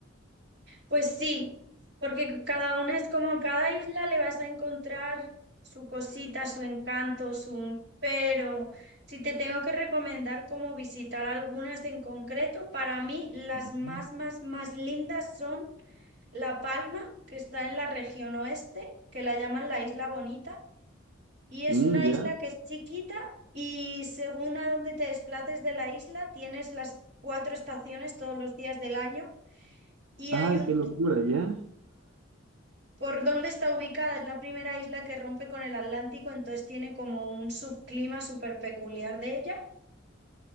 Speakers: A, on the right; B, on the right.
A: Pues sí, porque cada una es como cada isla le vas a encontrar su cosita, su encanto, su... Pero si te tengo que recomendar cómo visitar algunas en concreto, para mí las
B: Ujú.
A: más, más, más lindas son La Palma, que está en la región oeste, que la llaman la Isla Bonita, y es
B: Mm,
A: una
B: ¿ya?
A: isla que es chiquita y según a dónde te desplaces de la isla, tienes las cuatro estaciones todos los días del año y
B: Ay,
A: hay un
B: qué locura,
A: tour.
B: ¿ya?
A: ¿Por dónde está ubicada? Es la primera isla que rompe con el Atlántico, entonces tiene como un subclima súper peculiar de ella.